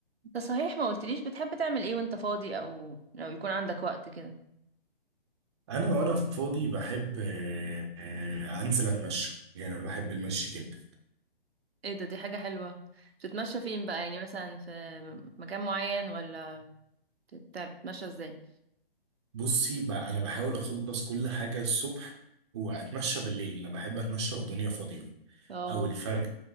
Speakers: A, on the right; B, on the right.
A: انت صحيح ما قلتليش بتحب تعمل ايه وانت فاضي او لو يكون عندك وقت كده
B: انا وانا فاضي بحب آه، آه، انزل اتمشى يعني انا بحب المشي جدا
A: ايه ده دي حاجة حلوة بتتمشى فين بقى يعني مثلا في م- مكان معين ولا بت- بتتمشى ازاي
B: بصي بقى انا بحاول اخلص كل حاجه الصبح واتمشى بالليل انا بحب اتمشى والدنيا فاضيه
A: اه
B: او الفجر